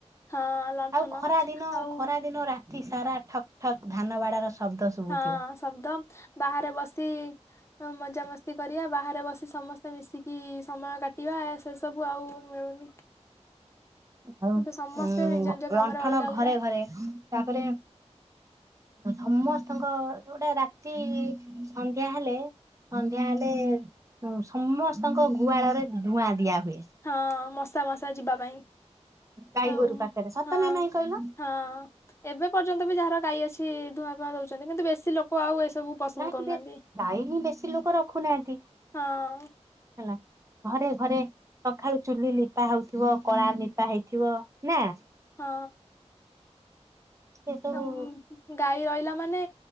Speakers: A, on the left; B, on the right.
A: ହଁ ଲଣ୍ଠନ
B: ଆଉ ଖରା ଦିନ
A: ଆଉ
B: ଖରା ଦିନ ରା ତି ସାରା ଠକ୍ ଠକ୍ ଧାନ ବାଡା ର ଶବ୍ଦ ଶୁଭୁଥିବ
A: ହଁ ଶବ୍ଦ ବାହାରେ ବସି ମଜାମସ୍ତି କରିବା ବାହାରେ ବସି ସମସ୍ତେ ମିଶିକି ସମୟ କାଟିବା ଏସ ସେ ସବୁ ଆଉ ମିଳୁନି।
B: ଆଉ
A: ଏବେ ସମସ୍ତେ
B: ଉଁ
A: ନିଜ ନିଜ
B: -ଲଣ୍ଠନ
A: କାମରେ ଅଲଗା ଅଲଗା
B: ଘରେ ଘରେ ତାପରେ ସମସ୍ତଙ୍କ ଯୋଉଟା ରାତି ସନ୍ଧ୍ୟା ହେଲେ ସନ୍ଧ୍ୟା ହେଲେ ସମସ୍ତଙ୍କ ଗୁହାଳରେ ଧୂଆଁ ଦିଆ ହୁଏ।
A: ହଁ ମଶା ମଶା ଯିବା ପାଇଁ
B: ଗାଈ
A: ଆଉ
B: ଗୋରୁ ପାଖରେ ସତ
A: ହଁ
B: ନା ନାଇଁ କହିଲ
A: -ହଁ। ଏବେ ପର୍ଯ୍ୟନ୍ତ ବି ଯାହାର ଗାଈ ଅଛି ଧୂଆଁପୂଆ ଦଉଚନ୍ତି କିନ୍ତୁ ବେଶୀ କିଛି ଲୋକ ଆଉ ଏସବୁ ପସନ୍ଦ
B: ନାହିଁ
A: କରୁନାହାନ୍ତି
B: ଗାଈ ହିଁ ବେଶୀ ଲୋକ ରଖୁନାହାନ୍ତି
A: ହଁ।
B: ହେଲା ଘରେ ଘରେ ସକାଳୁ ଚୁଲି ଲିପା ହଉଥିବ କଳା ନିପା ହେଇଥିବ ନା?
A: ହଁ
B: ସେ ସବୁ
A: ଅମ୍ ଗାଈ ରହିଲା ମାନେ